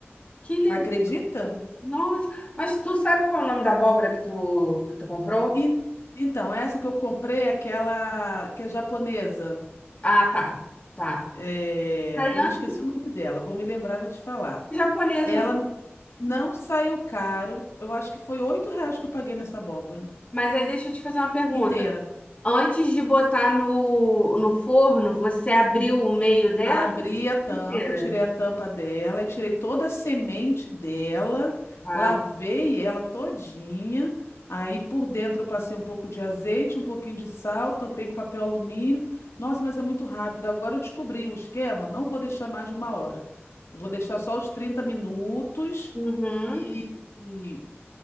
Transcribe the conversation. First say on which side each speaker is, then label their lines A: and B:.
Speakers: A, on the left; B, on the left.
A: Que legal.
B: Acredita?
A: Nossa, mas tu sabe qual é o nome da abóbora que tu, que tu comprou?
B: En- Então, essa que eu comprei é aquela que é japonesa.
A: Ah, tá, tá.
B: É,
A: Aí,
B: Eu
A: antes
B: me esqueci o nome dela, vou me lembrar e vou te falar.
A: japonesa,
B: Ela
A: eu não
B: n- não saiu caro, eu acho que foi 8 reais que eu paguei nessa abóbora
A: mas aí deixa eu te fazer uma pergunta.
B: inteira.
A: Antes de botar no, no forno, você abriu o meio dela
B: Abri a tampa,
A: inteira?
B: tirei a tampa dela e tirei toda a semente dela,
A: Ah,
B: lavei ela todinha. Aí por dentro eu passei um pouco de azeite, um pouquinho de sal, tampei com papel alumínio. Nossa, mas é muito rápido. Agora eu descobri o esquema, não vou deixar mais de uma hora. Vou deixar só os trinta minutos
A: uhum.
B: e, e,